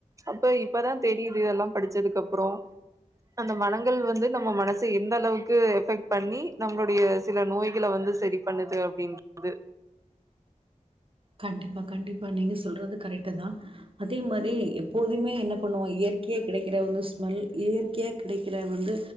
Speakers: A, on the right; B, on the right.
A: அப்ப இப்பதா தெரிது எல்லா படிச்சதுக்கு அப்பறோ அந்த மனங்கள் வந்து நம்ம மனச எந்த அளவுக்கு எஃபெக்ட் பண்ணி நம்ளுடைய சில நோய்கள வந்து செரி பண்ணுது அப்படின் து
B: கண்டிப்பா கண்டிப்பா நீங்க சொல்றது கரெக்ட் தா அதே மாரி எப்போதுமே என்ன பண்ணுவோ இயற்கையா கெடைக்கற வந்து ஸ்மெல் இயற்கையாக கிடைக்கற வந்து